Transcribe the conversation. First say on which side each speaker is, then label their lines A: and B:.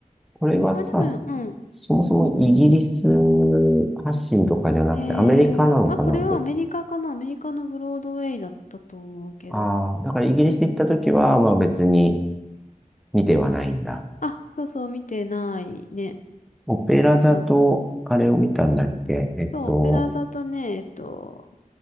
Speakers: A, in the centre; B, on the left.
A: これはさ、
B: まあでも、
A: そ
B: う
A: そもそもイギリス発信とかじゃなくてアメリカなのかな
B: ん。えー、まあこれはアメリカかな。アメリカのブロードウェイだったと思うけど。
A: ああー、だからイギリス行った時は、まあ別に見てはないんだ。
B: あ、そうそう、見てないね。
A: オペラ座と、
B: そうそう、
A: あれを見たんだっけえっと、
B: そう、オペラ座とね、えっと、